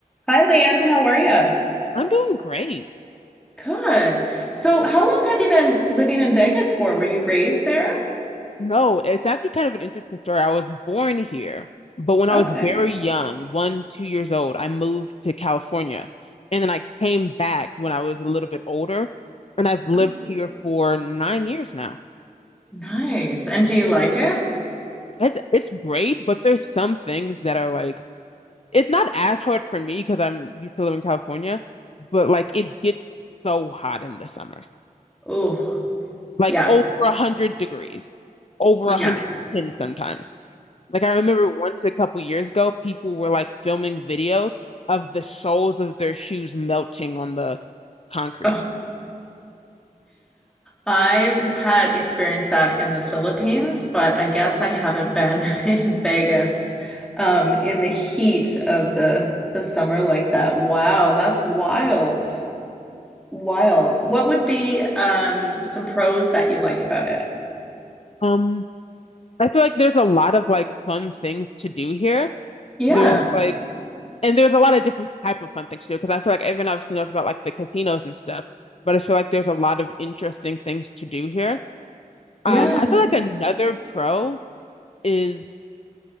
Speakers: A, in the centre; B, on the left.
A: Hi, Lan. How are you?
B: I'm doing great.
A: Good. So, how long have you been living in Vegas for? Were you raised there?
B: No, it's actually kind of an interesting story. I was born here, but when I
A: Okay.
B: was very young, one, two years old, I moved to California. And then I came back when I was a little bit older, and I've lived
A: Oh.
B: here for nine years now.
A: Nice. And do you like it?
B: It's it's great, but there's some things that are like it's not as hard for me because I'm used to living in California, but like it gets so hot in the summer.
A: Oh,
B: Like
A: yes.
B: over a hundred degrees, over
A: Yes.
B: a hundred and ten sometimes. Like I remember once a couple years ago, people were like filming videos of the soles of their shoes melting on the concrete.
A: Oh. I've had experienced that in the Philippines, but I guess I haven't been <laughs> in Vegas um, in the heat of the the summer like that. Wow, that's wild. Wild. What would be um, some pros that you like about it?
B: Um, I feel like there's a lot of like fun things to do here.
A: Yeah.
B: There's like, and there's a lot of different type of fun things to do because I feel like everyone obviously knows about like the casinos and stuff, but I feel like there's a lot of interesting things to do here.
A: Yeah.
B: Um, I feel like another pro is